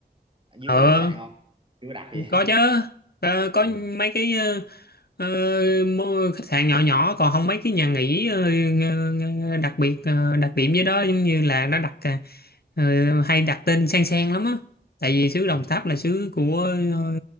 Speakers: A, on the right; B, on the left.
A: ở dưới
B: ờ
A: có khách sạn không chưa có đặt gì
B: có chứ
A: <laughs>
B: có, có
A: ừ.
B: mấy cái ờ, ờ, mô- khách sạn nhỏ nhỏ còn không mấy cái nhà nghỉ ờ, ng- ng- đặc biệt ờ, đặc điểm với đó giống như là nó đặt ờ, ờ, hay đặt tên sen sen lắm á tại vì xứ Đồng
A: Ừ.
B: Tháp là xứ của ờ,